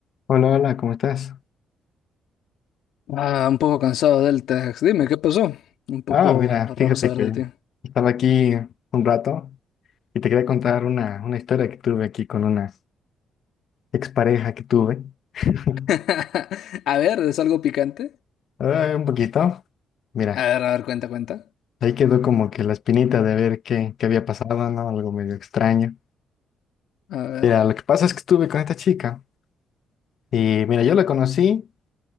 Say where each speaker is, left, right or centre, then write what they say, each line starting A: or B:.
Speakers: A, on the left; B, on the left.
A: Hola, hola, ¿cómo estás?
B: Ah, un poco cansado del Tex. Dime, ¿qué pasó? Un poco
A: Ah, mira, fíjate
B: raro saber
A: que
B: de ti.
A: estaba aquí un rato y te quería contar una, una historia que tuve aquí con una expareja que tuve. <laughs>
B: <laughs> A ver, ¿es algo picante?
A: Ah, un poquito, mira,
B: A ver, a ver, cuenta, cuenta.
A: ahí quedó como que la espinita de ver qué, qué había pasado, ¿no? Algo medio extraño.
B: A ver.
A: Mira, lo que pasa es que estuve con esta chica y mira, yo la conocí